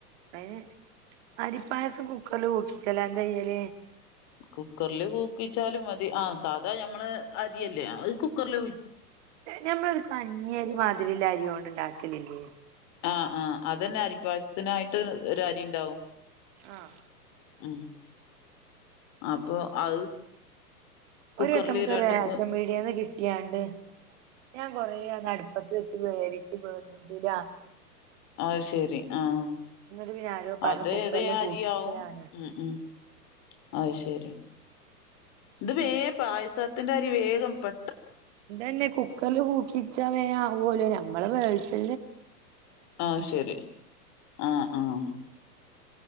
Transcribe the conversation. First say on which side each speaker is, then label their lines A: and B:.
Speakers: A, on the right; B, on the left.
A: <unintelligible> അരിപ്പായസം കുക്കറിൽ <inaudible> എന്താ ചെയ്യാൽ
B: കുക്കറില് കുക്കിച്ചാലും മതി ആ സാധാ ഞമ്മള് അരിയല്ലേ അത് കുക്കറിൽ
A: ഞമ്മൾ ഒരു കഞ്ഞി അരി മാതിരില്ല അരിവോണ്ട് ഉണ്ടാക്കലില്ലേ
B: ആഹ് ആഹ് അതന്നെ അരി പായസത്തിനായി ഒരു അരി ഉണ്ടാവും
A: ആഹ
B: ഉം അപ്പൊ അത് കുക്കറില്
A: ഒരുവട്ടം നമുക്ക്
B: രണ്ട്
A: റേഷൻ
B: മ്
A: പിടിയന്ന് കിട്ടിയണ്ട് ഞാൻ കൊറ അ അടുപ്പത്ത് വെച്ച് വേവിച്ചു വേവിച്ചു ആ <inaudible>
B: അത് ശെരി ആഹ
A: എന്നിട്ട് പിന്നെ ആരോ പറഞ്ഞു
B: അതെ
A: കുക്കറിൽ
B: അതെ അരിയാവും
A: കൂക്കിക്കലാണ്
B: മ്മ് മ് അത് ശരി ഇത് വേ പായസത്തിന്റെ അരി വേഗും പേ
A: എന്തന്നെ കുക്കറിൽ പൂക്കിച്ച വേ ആവലോ നഞമ്മള് വേവിച്ചു
B: ആഹ ശരി ആഹ ആഹ